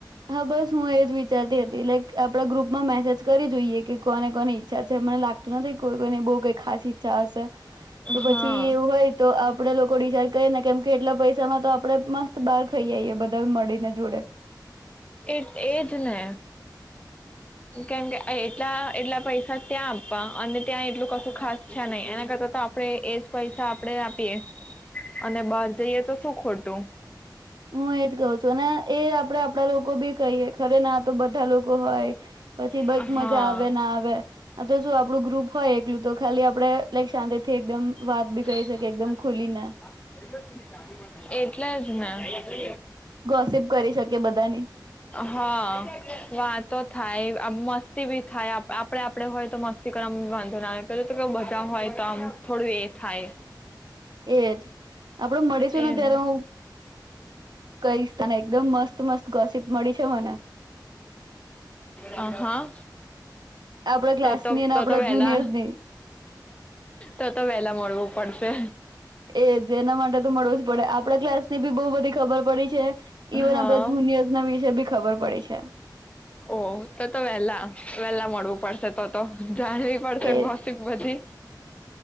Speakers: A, on the right (about 70°); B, on the left (about 15°).
A: હા બસ હું એજ વિચારતી હતી. લાઈક આપડા ગ્રુપમાં મેસેજ કરી જોઈએ કે કોને કોની ઈચ્છા છે મને લાગતું નથી કોઈ કોઈને બઉ કઈ ખાસ ઈચ્છા હશે. તો પછી
B: હા
A: એવું હોય તો આપડે લોકો ડિસાઈડ કરીએ ને કેમ કે એટલા પૈસામાં તો આપડે મસ્ત બહાર જઈ આવીઈએ બધા મળીને જોડે.
B: એ એજ ને, કેમ કે એટલા એટલા પૈસા ત્યાં આપવા અને ત્યાં એટલું કશું ખાસ છે નહી એના કરતા તો આપણે એજ પૈસા આપણે આપીએ, અને બહાર જઈએ તો શું ખોટું.
A: હું એજ કહઉ છું અને એ આપડે આપડા લોકો બી કહીયએ ખરે ના તો બધા લોકો હોય. પછી બ
B: હા
A: મજા આવે ના આવે. આ તો શું આપડું ગ્રુપ હોય એકલું તો ખાલી આપડે લાઈક શાંતિ થી એકદમ.
B: <unintelligible>
A: વાત બી કરી શકીએ એકદમ ખુલીને
B: એટલે જ ને. જ. <inaudible>
A: ગોસીપ કરી શકીએ બધાની
B: હા વાતો થાય. આમ મસ્તી બી થાય આપણે આપણે હોય તો મસ્તી કરવામાં બી વાંધો ના આવે પ તો કે બધા હોય તો આમ થોડું એ થાય.
A: એજ. આપડું મળીશું
B: એમ
A: ને ત્યારે હું કઈસ સ્થ એકદમ મસ્ત. મસ્ત ગોસીપ મળી છે મને.
B: આ હા.
A: આપણા ક્લાસની
B: તો તો તો
A: આપણા
B: તો વહેલા
A: જુનિયર્સની,
B: તો તો વહેલા મળવું પડશે
A: એજ એના માટે તો મળવું જ પડે આપણા ક્લાસની બી બ બધી ખબર પડી છે ઇવન
B: હા
A: આપ જુનયર્સ વિશે. ખબર પડી છે.
B: ઓ તો તો વેલા વેલા મળવું પડશે તો તો. જાણવી પડશે
A: એજ,
B: ગોસીપ બધી